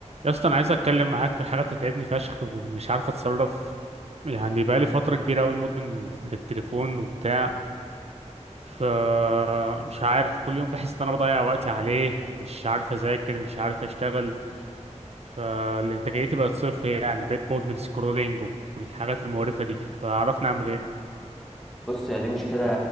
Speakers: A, on the right; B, in the centre.
A: يا اسطى انا عايز اتكلم معاك في حاجه بتتعبني فشخ ومش عارف اتصرف يعني بقالي فتره كبيره قوي مدمن للتليفون وبتاع ف مش عارف كل يوم بحس ان انا بضيع وقتي عليه مش عارف اذاكر مش عارف اشتغل فالانتاجيتي بقت صفر يعني بقيت مدمن سكرولينج والحاجات المقرفه دي فعرفنا اعمل ايه
B: بص يا دي مشكلة